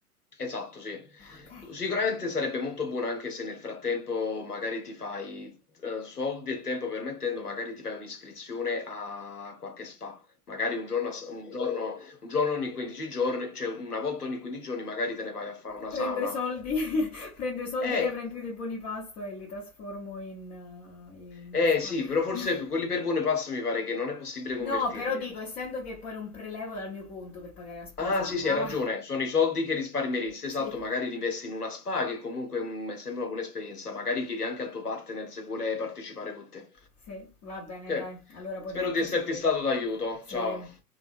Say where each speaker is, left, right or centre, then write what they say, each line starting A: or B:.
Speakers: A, on the left (about 85°); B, on the left (about 25°).
A: Esatto, sì.
B: Ok.
A: Sicuramente sarebbe molto buono anche se nel frattempo magari ti fai, eh, soldi e tempo permettendo, magari ti fai un'iscrizione a qualche spa. Magari un giorno, a s- un giorno, un giorno ogni 15 giorni, cioè una volta ogni 15 giorni magari te ne vai a fare una
B: Prendo
A: sauna.
B: i soldi, <laughs> prendo i soldi
A: Eh,
B: che avrei in più dei buoni pasto e li trasformo in, eh, in
A: eh
B: spa.
A: sì, però forse
B: <laughs>
A: quelli per buone passo mi pare che non è possibile convertirli.
B: No, però dico, essendo che poi non prelevo dal mio conto per pagare la spesa,
A: Ah sì,
B: va,
A: sì, hai ragione,
B: va.
A: sono i soldi che risparmieresti,
B: Sì.
A: esatto, magari li investi in una spa che comunque mm, è sempre una buona esperienza, magari chiedi anche al tuo partner se vuole partecipare con te.
B: Sì, va bene,
A: Ok,
B: dai. Allora poi
A: spero
B: ti faccio
A: di esserti
B: sapere.
A: stato d'aiuto,
B: Sì,
A: ciao.